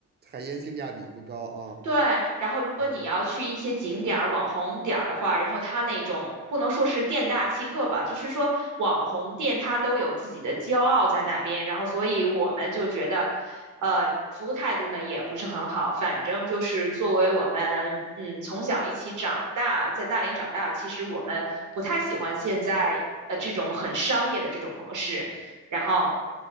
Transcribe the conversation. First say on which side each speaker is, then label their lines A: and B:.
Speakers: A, on the right (about 35°); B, on the right (about 65°).
A: 海鲜性价比不高啊。
B: 对，然后如果你要去一些景点儿、
A: 嗯
B: 网红点儿的话，然后它那种不能说是店大欺客吧，就是说网红店它都有自己的骄傲在那边，然后所以我们就觉得，呃，服务态度呢也不是很好，反正就是作为我们嗯从小一起长大，在大连长大，其实我们不太喜欢现在呃这种很商业的这种模式，然后。